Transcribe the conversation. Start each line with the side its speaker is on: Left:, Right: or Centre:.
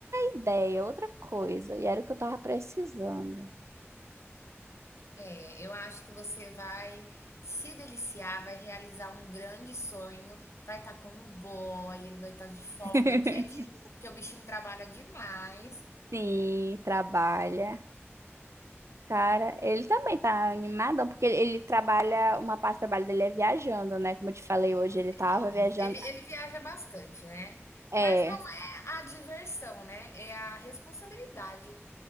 Right: ideia, outra coisa, e era o que eu tava precisando.
Left: É, eu acho que você vai se deliciar, vai realizar um grande sonho, vai estar com um boy, ele vai estar de folga,
Right: <laughs>
Left: que é difícil, porque o bichinho trabalha demais.
Right: Sim, trabalha. Cara, ele também tá animadão, porque ele, ele trabalha, uma parte do trabalho dele é viajando, né? Como eu te falei hoje, ele tava
Left: Sim,
Right: viajando.
Left: ele, ele viaja bastante, né?
Right: É.
Left: Mas não é a diversão, né? É a responsabilidade.